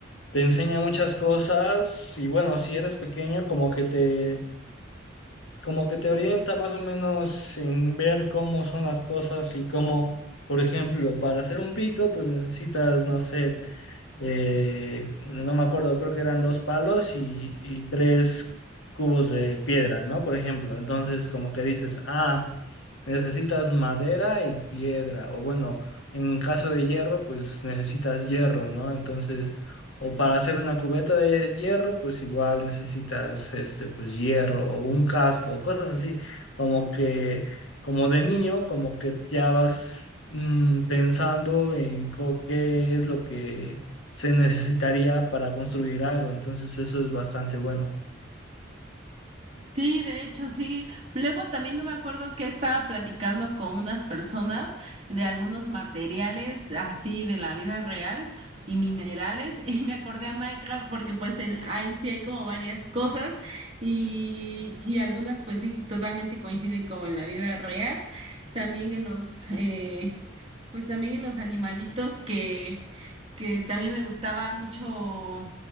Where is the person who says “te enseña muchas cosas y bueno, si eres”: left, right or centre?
Left